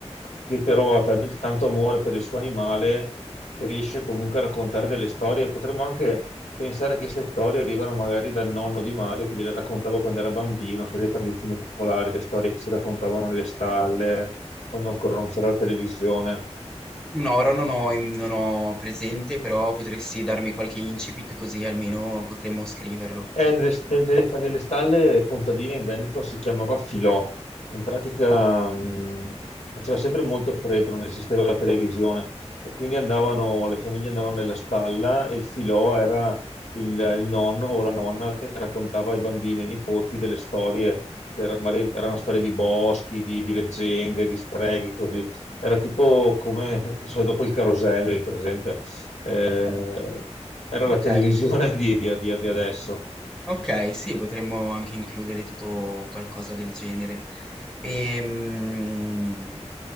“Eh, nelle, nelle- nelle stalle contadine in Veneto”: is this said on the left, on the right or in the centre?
Left